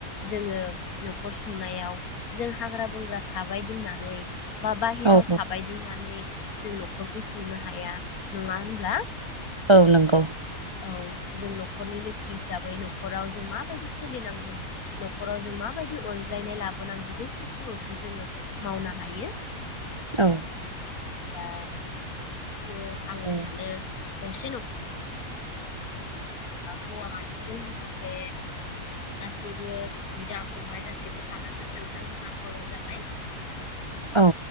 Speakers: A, on the left; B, on the right.
A: जोङो न'खर संनायाव जों हाग्रा बंग्रा थाबायदिंनानै बा बाहेराव
B: औ औ
A: थाबायदिंनानै जों न'खरखौ सुंनो हाया नङा होनब्ला
B: औ नंगौ
A: औ जों न'खरनि लोखि हिसाबै न'खराव जों माबायदि सोलिनांगौ न'खराव जों माबायदि अनज्लायनाय लाबो नांगौ बैफोरखौल'सो जोङो मावनो हायो
B: औ
A: दा खायनो आङो
B: औ
A: सानो गंसे हौवा मानसिजों लोगोसे गासैबो बिदा फंबाय गासैबो थानांगौ नोंथां जोंना समा जाबाय
B: औ